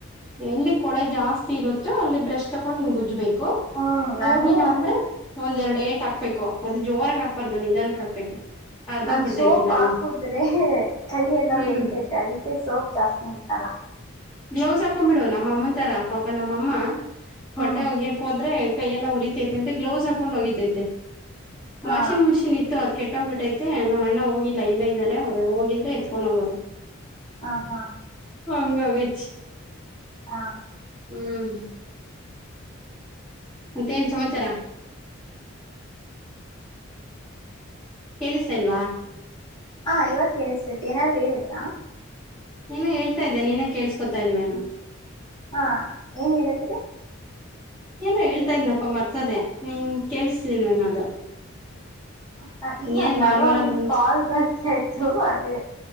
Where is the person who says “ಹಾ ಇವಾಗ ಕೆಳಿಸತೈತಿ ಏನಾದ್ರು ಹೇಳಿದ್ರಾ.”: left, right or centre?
Left